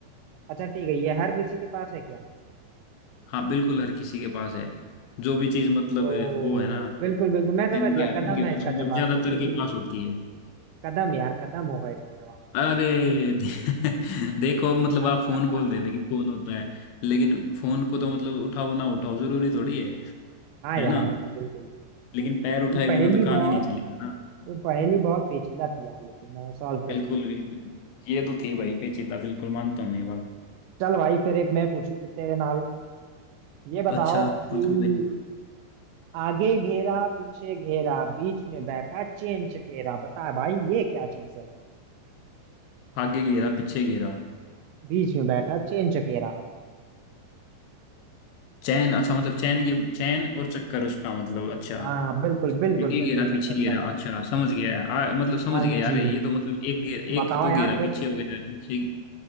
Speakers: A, on the right (about 80°); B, on the left (about 80°).
A: अच्छा ठीक है ये हर किसी के पास है क्या
B: हाँ बिल्कुल हर किसी के पास है जो भी चीज मतलब
A: ओ
B: है, वो है ना
A: बिल्कुल बिल्कुल मैं
B: जिंदा
A: समझ गया
B: है
A: कदम
B: उनके
A: है
B: पास
A: इसका
B: मतलब
A: जवाब
B: ज्यादातर
A: क्योंकि
B: के पास होती है
A: कदम यार कदम होगा इसका जवाब
B: अरे <laughs> देखो अब मतलब
A: हाँ
B: आप फोन बोल रहे थे कि फोन होता है लेकिन फोन को तो मतलब उठाओ ना उठाओ जरूरी थोड़ी है है
A: यार
B: ना
A: हाँ बिल्कुल
B: लेकिन पैर उठाए
A: ये पहेली
B: बिना तो काम
A: बहुत
B: ही नहीं चलेगा ना
A: ये पहेली बहुत पेचीदा थी यार लेकिन मैंने सॉल्व कर
B: बिल्कुल
A: दी
B: बिल्कुल ये तो थी भाई पेचीदा बिल्कुल मानता हूँ ये बात
A: चल भाई फिर एक मैं पूछूं तो तेरे नाल ये बताओ
B: अच्छा
A: कि
B: पूछो भाई
A: आगे घेरा पीछे घेरा बीच में बैठा चेन चकेरा बता भाई ये क्या चीज है
B: आगे घेरा पीछे घेरा
A: बीच में बैठा चेन चकेरा
B: चैन अच्छा मतलब चैन की चैन और चक्कर उसका मतलब अच्छा
A: हाँ बिल्कुल बिल्कुल
B: आगे
A: बिल्कुल
B: घेरा
A: सही
B: पीछे
A: समझा
B: घेरा
A: तू
B: अच्छा समझ गया आ, मतलब समझ
A: हाँ
B: गया यार
A: जी
B: ये तो मतलब एक घे- एक
A: बताओ
B: तो
A: यार
B: घेरा
A: फिर
B: पीछे हो गया पीछे